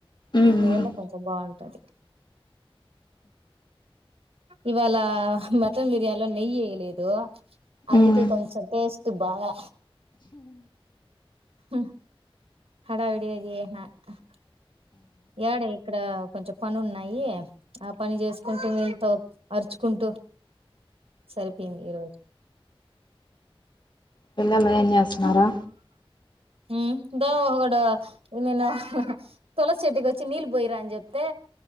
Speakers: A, on the left (about 50°); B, on the right (about 80°).
A: ఉమ్
B: అందువల్ల
A: ఉమ్
B: కొంచెం బాగుంటది ఇవాళ మటన్ బిర్యానీ లో నెయ్యి వేయలేదు అందుకే
A: ఉమ్
B: కొంచెం టేస్ట్ బాలా హు <unintelligible> డ ఇక్కడ కొంచెం పని ఉన్నాయి ఆ పని చేసుకుంటూ నీతో అరుచుకుంటూ సరిపోయింది ఈరోజు
A: పిల్లలు ఏం చేస్తున్నారు
B: ఇా ఒకడు నేను తులసి చెట్టుకి వచ్చి నీళ్ళు పోయిరా అని చెప్తే